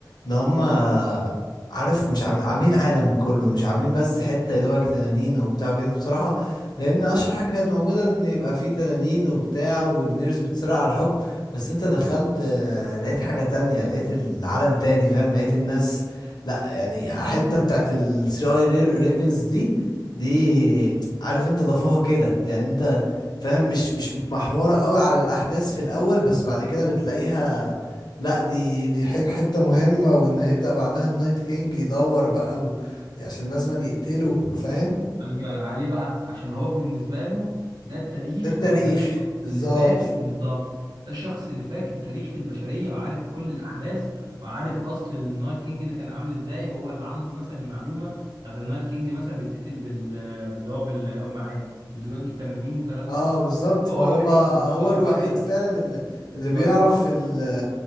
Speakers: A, on the left (about 65°); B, on the right (about 70°).
A: ان هما عارف مش عام- عاملين عالم كله مش عاملين بس حتة يا دوبك تنانين وبتاع وكده بصراحة لان اشهر حاجة كانت موجودة ان يبقى فيه تنانين وبتاع ودينيرز بتصارع على الحكم بس انت دخلت آه، لقيت حاجة تانية لقيت العالم تاني فاهم لقيت الناس لا يعني حتة بتاعت ال 3 اي ريفنز دي دي عارف انت ضافوها كده يعني انت فاهم مش مش متمحورة قوي على الأحداث في الأول بس بعد كده بتلاقيها لا دي دي ح- حتة مهمة وإن هيبدأ بعدها النايت كينج يدور بقى و... عشان لازم يقتله فاهم
B: ايوه ايوه عليه بقى عشان هو بالنسبه له ده التاريخ
A: ده التاريخ
B: او ده الشخص
A: بالظبط
B: اللي فاكر بالظبط ده الشخص اللي فاكر تاريخ البشريه وعارف كل الاحداث وعارف اصل النايت كينج ده كان عامل ازاي وهو اللي عنده مثلا المعلومه بتاعت النايت كينج مثلا بيتقتل بال باللي هو بال قول معايا بزجاج التنانين والكلام
A: اه
B: ده كله
A: بالظبط
B: فهو
A: ما هو
B: الوحيد ان هو
A: هو
B: لو
A: الوحيد
B: قدر
A: فعلا اللي,
B: بالظبط
A: اللي بيعرف اللي